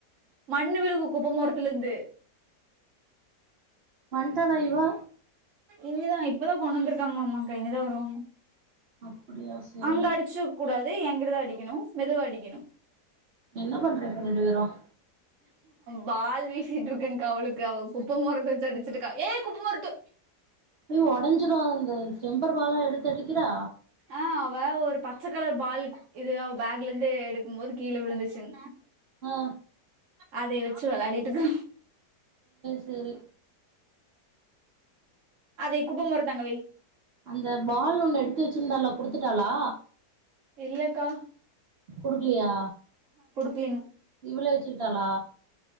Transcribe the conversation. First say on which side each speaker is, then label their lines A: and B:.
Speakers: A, on the right; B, on the right.
A: மண்ணு விழுகும் குப்ப மொரத்துலிருந்து
B: வந்துட்டாளா இவோ
A: இல்ல இப்ப தா கொண்டு வந்திருக்காங்களாமாங்கா இனி தா வருவாங்க
B: அப்டியா சேரி
A: அங்க அடிச்சுக் கூடாது எங்கிட்டதா அடிக்கணு மெதுவா அடிக்கணு
B: என்ன பண்றீங்க ரெண்டு பேரும்
A: பால் வீசிட்டு இருக்கேங்கா அவளுக்கு அவ குப்ப மொரத்த வச்சு அடிச்சுட்டுருக்கா ஏ குப்ப மொரத்த
B: ஏ ஒடஞ்சுரும் அந்த டெம்பர் பாலா எடுத்து அடிக்கிறா
A: ஆ அவ ஒரு பச்ச கலர் பால் இது அவ பேக்லந்து எடுக்கும் போது கீழ விழுந்துச்சுங்
B: ஆ
A: அதை வச்சு வெளாடிட்டுக்கு
B: செரி
A: அதே குப்ப மொரத்த அங்க வை
B: அந்த பால் ஒண்ணு எடுத்து வச்சுருந்தாளே குடுத்துட்டாளா
A: இல்லேக்கா
B: குடுக்கலயா
A: க்ளிங்
B: இவளே வச்சுக்கிட்டாளா